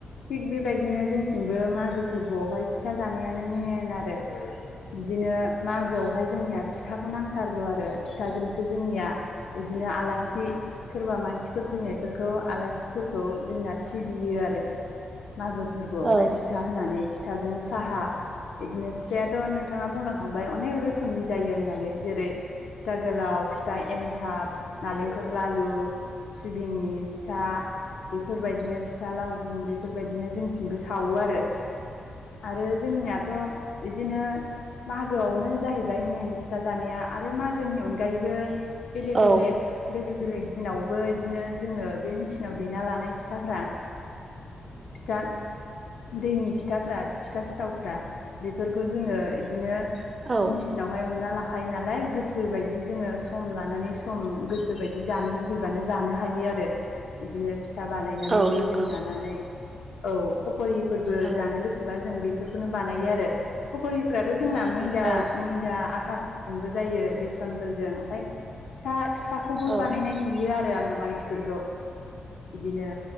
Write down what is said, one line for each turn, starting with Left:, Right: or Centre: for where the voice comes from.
Left: थिग बेबायदिनो जोंथिंबो मागो फोरबोआवहाय फिथा जानायानो मेन आरो बिदिनो मागोआवहाय जोंनिया फिथाखौ नांथारगौ आरो फिथाजोंसो जोंनिया बिदिनो आलासि सोरबा मानसिफोर फैनायफोरखौ आलासिफोरखौ जोंना सिबियो आरो । मागो फोरबोआवहाय
Right: औ
Left: फिथा होनानै । फिथाजों साहा बिदिनो फिथाइयाथ' नोंथाङा बुंलां बाय अनेक रोखोमनि जायो होननानै जेरै फिथा गोलाव, फिथा एन्थाब, नालेंखल लालु, सिबिंनि फिस्था, बेफोरबायदिनो फिस्था लावदुम बेफोरबायदिनो जोंथिंबो सावो आरो आरो जोंनियाथ' बिदिनो मागोआवनो जाहैबाय मेेन फिथा जानाया आरो मागोनि अनगायैबो बेलेग-बेलेग
Right: औ
Left: बेलेग बेलेग दिनावबो इदिनो जोङो बे मेसिनाव देना लानाय फिथाफ्रा फिथा दैनि फिथाफ्रा फिथा सिथावफ्रा बेफोरखौ जोङो इदिनो
Right: औ
Left: मेसिनावहाय उनला ला खायो नालाय गोसोबायदि जोङो सम लानानै सम गोसोबायदि जानो लुगैबानो जानो हायो आरो इदिनो फिथा बानायनानै
Right: औ
Left: दैजों
Right: नंगौ
Left: नानानै औ फखरि फोरबो
Right: औ
Left: जानो गोसोबा जों बेफोरखौनो बानायो आरो । <unintelligible> <unintelligible> जोंना मैदा
Right: औ
Left: मैदा आथा जोंबो जायो बेसनफोरजों ओमफ्राय फिसा फिथाखौबो
Right: औ औ
Left: बानायनाय नुयो आरो आरो आङो मानसिफोरखौ बिदिनो